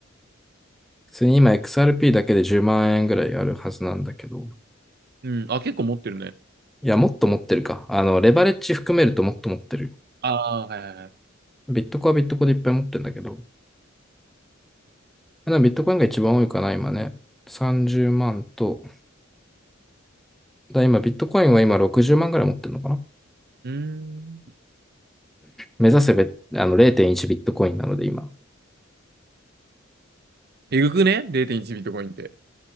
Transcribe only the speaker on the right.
うん。あ、結構持ってるね。
ああ、はいはいはい。
うーん。
えぐくね ?0.1 ビットコインって。